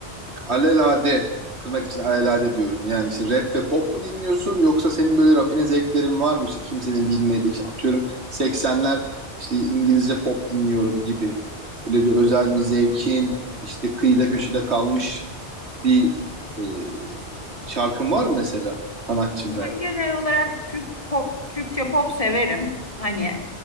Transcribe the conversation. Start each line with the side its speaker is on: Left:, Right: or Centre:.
Right: alelade tırnak için alelade diyorum. Yani işte rap ve pop mu dinliyorsun yoksa senin böyle rafine zevklerin var mı? İşte kimsenin bilmediği işte atıyorum 80'ler işte İngilizce pop dinliyorum gibi. Öyle bir özel bir zevkin işte kıyıda köşede kalmış bir e, şarkın var mı mesela sanatçım
Left: Ben
Right: ve
Left: genel olarak Türk pop, Türkçe pop severim. Hani